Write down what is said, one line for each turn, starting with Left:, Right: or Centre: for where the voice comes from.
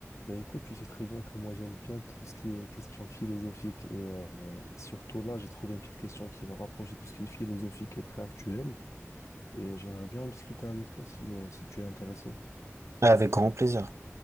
Left: Ben écoute, tu sais très bien que moi j'aime bien tout ce qui est question philosophique et euh, surtout là j'ai trouvé une petite question qui va rapprocher tout ce qui est philosophique et très actuel et j'aimerais bien en discuter avec toi si, euh, si tu es intéressé.
Right: Avec grand plaisir.